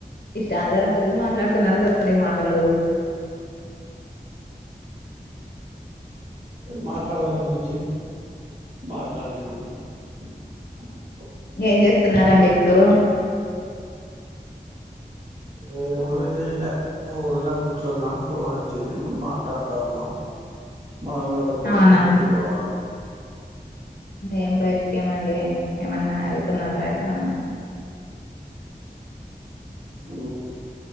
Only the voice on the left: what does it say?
ఇష్ట ఆధారం కొద్దిీ మాట్లాడుతున్నారు కదీ మాటలు
ఏం చేస్తున్నండి ఇప్పుడు
అవునా
ఏం బయటికెమండి ఏమన్నా ఎళ్తున్నారా ఎక్కడన్నా?